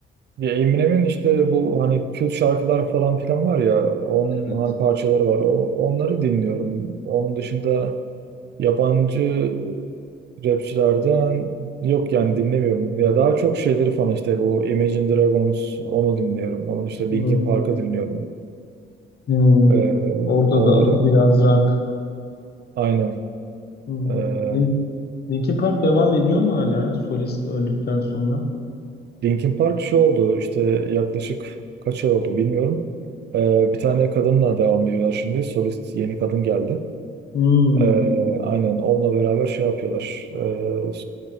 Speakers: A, on the right (about 60°); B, on the left (about 55°).
A: Ya Eminem'in işte bu hani kült şarkılar falan filan var ya onun
B: Evet.
A: hani parçaları var. O- onları dinliyorum. Onun dışında yabancı rapçilerden yok yani dinlemiyorum. Ya daha çok şeyleri falan işte bu Imagine Dragons onu dinliyorum. Onun işte
B: Hmm.
A: Linkin Park'ı dinliyorum.
B: Hmm.
A: Ee,
B: Orada
A: onların
B: da biraz rock.
A: aynen
B: Hmm.
A: ee,
B: Lin- Linkin Park devam ediyor mu hala ya, solist öldükten sonra?
A: Linkin Park şu oldu işte yaklaşık kaç ay oldu bilmiyorum. Ee, bir tane kadınla devam ediyorlar şimdi. Solist yeni kadın geldi.
B: Hmm.
A: Ee, aynen onunla beraber şey yapıyorlar. Ee,